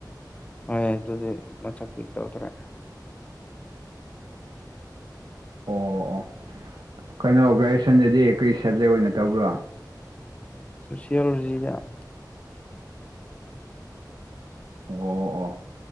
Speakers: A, on the left; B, on the right.
A: ꯍꯣꯏ ꯑꯗꯨꯗꯤ ꯃꯊꯛꯀꯤ ꯇꯧꯗ꯭ꯔꯦ꯫
B: ꯑꯣ ꯑꯣ ꯀꯩꯅꯣ ꯒ꯭ꯔꯦꯖꯨꯁꯟꯗꯗꯤ ꯀꯔꯤ ꯁꯕꯖꯦꯛ ꯑꯣꯏꯅ ꯇꯧꯕ꯭ꯔꯣ꯫
A: <unintelligible>
B: ꯑꯣ ꯑꯣ